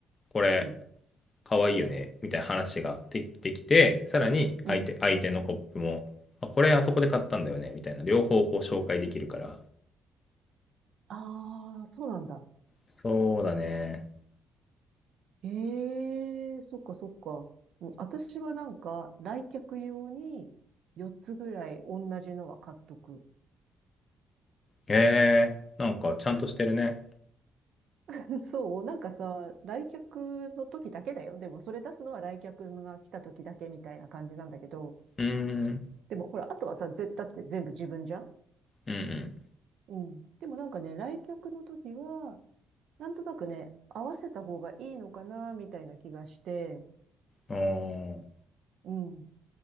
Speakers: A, on the left; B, on the right.
A: これ
B: うん、
A: かわいいよねみたいな話ができてきてさらに相手相手のコップもあこれあそこで買ったんだよねみたいな両方こう紹介できるから
B: うん。ああ、そうなんだ。
A: そうだね
B: ええそっかそっか。うん私はなんか、来客用に4つぐらい同じのは買っとく。
A: えーなんかちゃんとしてるね
B: <laughs> そう、なんかさ、来客の時だけだよ。でもそれ出すのは来客が来た時だけみたいな感じなんだけど、
A: うーん
B: でもほら、あとはさ、絶対って全部自分じゃん
A: うん
B: うん。でもなんかね、来客の時は、なんとなくね、合わせた方がいいのかな、みたいな気がして、
A: うんあ
B: うん。